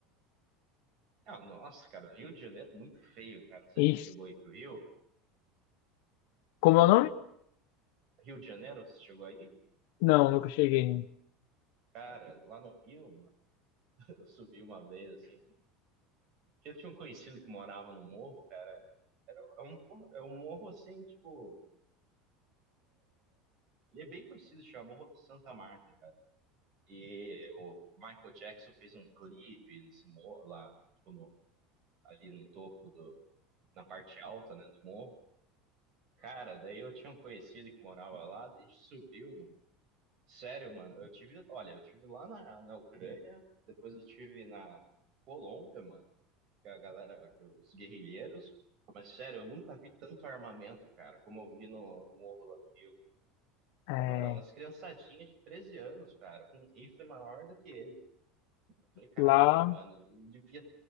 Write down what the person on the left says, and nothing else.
E
como
é o nome?
Não, nunca cheguei. né?
É,
lá,